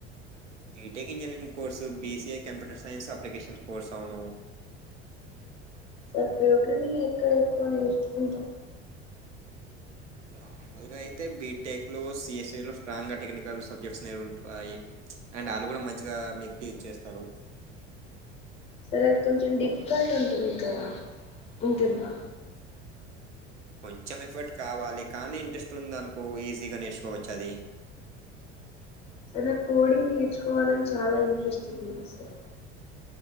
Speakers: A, on the right; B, on the left.
A: BTech engineering course BCA computer science applications course అవును
B: sir programming ఎక్కడ ఎక్కువ నేర్చుకుంటాం
A: మామూలుగాఐతే అయితే బీటెక్ లో సిఎస్ఈ లో స్ట్రాంగ్ టెక్నికల్ సబ్జెక్ట్స్ అనేవి ఉంటాయి అండ్ వాళ్ళు కూడా మంచిగా మీకు టీచ్ ఇచ్చేస్తారు
B: సరే అది కొంచెం డిఫికల్ట్ ఉంటుంది కదా ఉంటుందా
A: కొంచెం ఎఫర్ట్ కావాలి కానీ ఇంట్రెస్ట్ ఉంది అనుకో ఈజీగా నేర్చుకోవచ్చు అది
B: సార్ నాకు కోడింగ్ నేర్చుకోవాలని చాలా ఇంట్రెస్టింగ్ ఉంది సార్